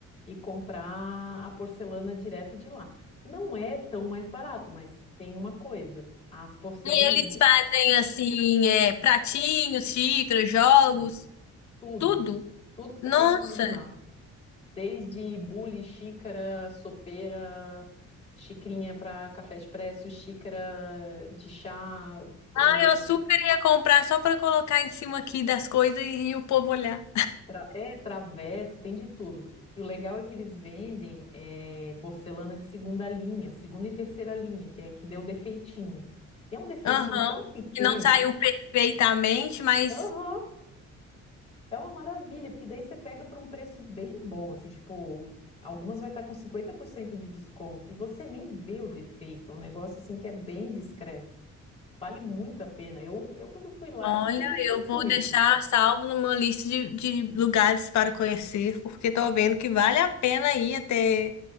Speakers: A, on the left; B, on the left.
A: e comprar a porcelana direto de lá. Não é tão mais barato, mas tem uma coisa, as porcelanas,
B: E eles fazem assim, é, pratinhos, xícaras, jogos,
A: tudo, tudo,
B: tudo.
A: tudo que você
B: Nossa,
A: possa imaginar, desde bule, xícara, sopeira, xicrinha para café expresso, xícara de chá, eh,
B: ah, eu super ia comprar só pra colocar em cima aqui das coisas e, e o povo olhar.
A: Tra- É, travessa, tem de tudo. E o legal é que eles vendem eh, porcelana de segunda linha, segunda e terceira linha, que é que deu defeitinho. E é um defeitinho
B: Aham,
A: tão pequeno
B: que não saiu
A: que se-
B: perfeitamente, mas
A: Aham, é uma maravilha, porque daí você pega por um preço bem bom, assim, tipo, algumas vai estar com 50% de desconto e você nem vê o defeito. É um negócio assim que é bem discreto. Vale muito a pena. Eu, eu quando fui lá,
B: olha,
A: eu não fui com esse
B: eu
A: intuito.
B: vou deixar salvo numa lista de, de lugares para conhecer, porque tô vendo que vale a pena ir até